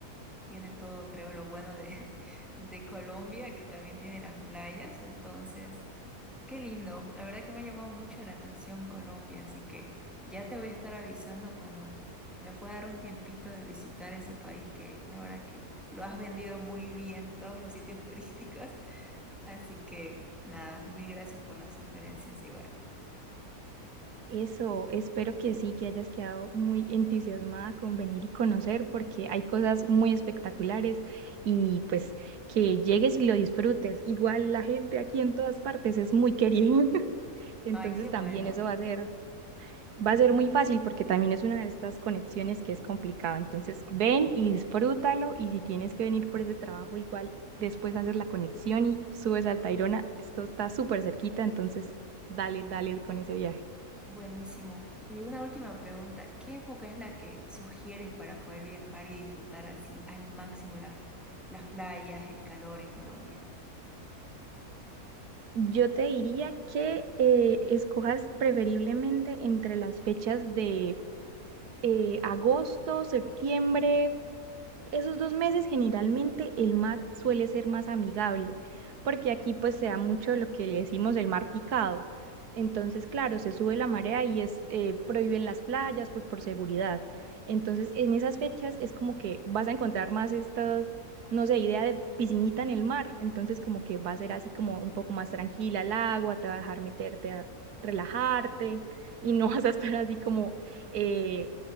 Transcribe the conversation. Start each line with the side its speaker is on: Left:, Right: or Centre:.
Centre: tiene todo, creo, lo bueno de, <laughs> de Colombia, que también tiene las playas, entonces Qué lindo, la verdad que me ha llamado mucho la atención Colombia, así que ya te voy a estar avisando cuando me pueda dar un tiempito de visitar ese país que la verdad que lo has vendido muy bien todos los sitios <laughs> turísticos, así que nada, mil gracias por las sugerencias igual.
Right: Eso, espero que sí, que hayas quedado muy entusiasmada con venir y conocer, porque hay cosas muy espectaculares y pues que llegues y lo disfrutes. Igual la gente aquí en todas partes es muy querida, <laughs> entonces
Centre: Ay, qué bueno,
Right: también eso va a ser, va a ser muy fácil porque también es una de estas conexiones que es complicada. Entonces ven y disfrútalo y si tienes que venir por ese trabajo, igual después haces la conexión y subes al Tayrona, esto está súper cerquita, entonces dale, dale con ese viaje.
Centre: buenísimo. Y una última pregunta, ¿qué época es la que sugieres para poder viajar y disfrutar así al máximo las, las playas, el calor en Colombia?
Right: Yo te diría que eh, escojas preferiblemente entre las fechas de eh, agosto, septiembre. Esos dos meses generalmente el mar suele ser más amigable, porque aquí pues se da mucho lo que le decimos el mar picado. Entonces, claro, se sube la marea y es eh, prohíben las playas pues por seguridad. Entonces, en esas fechas es como que vas a encontrar más estas, no sé, idea de piscinita en el mar. Entonces, como que va a ser así como un poco más tranquila el agua, te va a dejar meterte a relajarte y no <laughs> vas a estar así como eh,